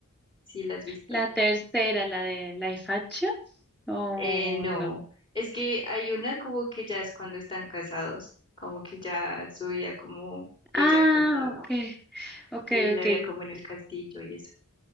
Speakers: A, on the left; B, in the centre.
A: ¿Sí la has visto?
B: La tercera, la de Life Action. Oh,
A: Eh, no.
B: no.
A: Es que hay una como que ya es cuando están casados, como que ya su vida como, pues
B: Ah,
A: ya casado,
B: ok, ok,
A: y la
B: ok.
A: veía como en el castillo y eso.